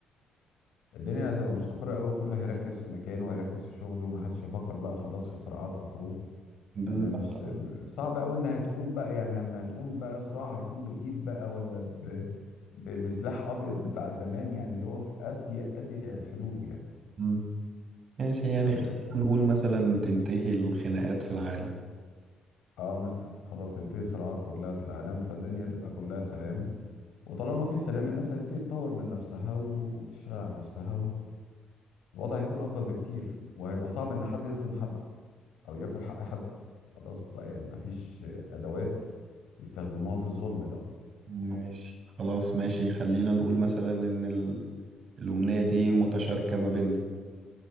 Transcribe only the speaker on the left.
الدنيا هتبقى مستقرة قوي وكله هيركز في مكانه وهيركز في شغله ومحدش هيفكر بقى خلاص في صراعات أو حروب
انا مش
صعب قوي انها تقوم بقى يعني لما هتقوم بقى صراع هيكون بالايد بقى ولا ب... ب... بسلاح ابيض بتاع زمان يعني اللي هو في اضيق اضيق الحدود يعني
اه
آه مثلا خلاص تنتهي الصراعات كلها في العالم فالدنيا تبقى كلها سلام وطالما في سلام الناس هتبتدي تطور من نفسها وتشتغل على نفسها والوضع هيكون افضل بكتير وهيبقى صعب ان حد يظلم حد او ياكل حق حد خلاص بقى يعني مفيش ادوات يستخدموها في الظلم ده